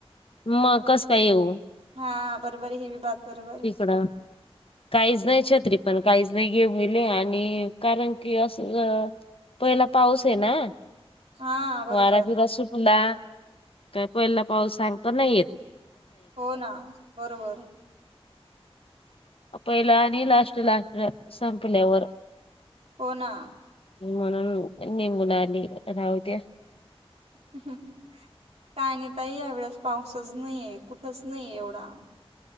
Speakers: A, on the left (about 60°); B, on the right (about 80°).
A: मग कस काय येऊ
B: हा बरोबर ही बी बात बरोबर आहे.
A: तिकडं काहीच नाही छत्री पण काहीच नाही गेमईले आणि कारण की अस पहिला पाऊस आहे ना.
B: हा बरोबर
A: वाराटिरा सुटला काय पहिला पाऊस सांगत नाहीेत.
B: हो ना बरोबर
A: पहिला आणि लास्ट लाट संपल्यावर
B: हो ना
A: म्हणून निघून आली राहते.
B: काणी आता या वेळेस पाऊसच नाहीे कुठच नाही एवढा